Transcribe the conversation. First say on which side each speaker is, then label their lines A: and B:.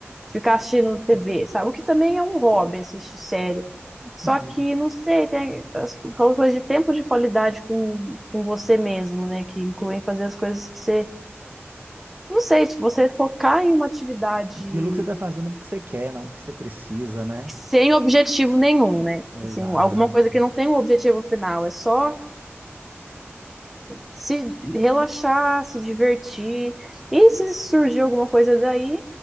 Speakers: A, in the centre; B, on the right.
A: ficar assistindo TV, sabe? O que também é um hobby, assistir série.
B: entendo.
A: Só que, não sei, tem as aquela coisa de tempo de qualidade com, com você mesmo, né? Que incluem fazer as coisas que você não sei, se você focar em uma atividade
B: aquilo que você está fazendo porque você quer, não porque você precisa, né?
A: sem objetivo nenhum, né?
B: Exato.
A: Assim, alguma coisa que não tem um objetivo final, é só se relaxar, se divertir. E se surgir alguma coisa daí,